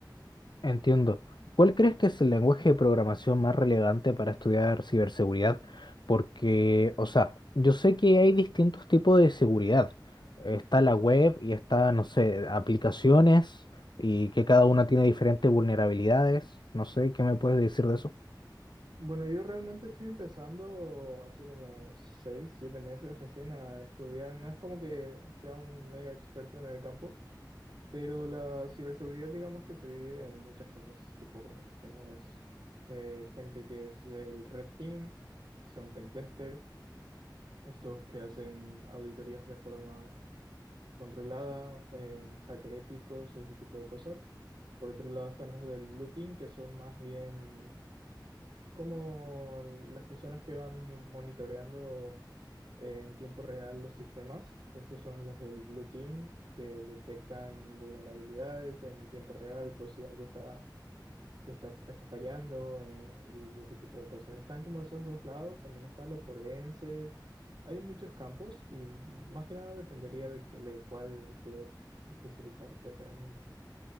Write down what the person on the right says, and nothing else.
Bueno, yo realmente estoy empezando hace como seis, siete meses recién a estudiar. No es como que sea un mega experto en el campo, Pero la ciberseguridad, digamos que se divide en muchas cosas. Tipo, tenés eh, gente que es del Red Team, que son pentester, estos que hacen auditorías de forma controlada, en hacker éticos, ese tipo de cosas. Por otro lado están los del Blue Team, que son más bien como las personas que van monitoreando en tiempo real los sistemas. Esos son los del Blue Team que detectan vulnerabilidades en tiempo real por si algo está, se está, está fallando eh, y ese tipo de cosas. Están como esos dos lados, también están los forenses. Hay muchos campos y más que nada dependería de, de cuál quieres especializarte realmente.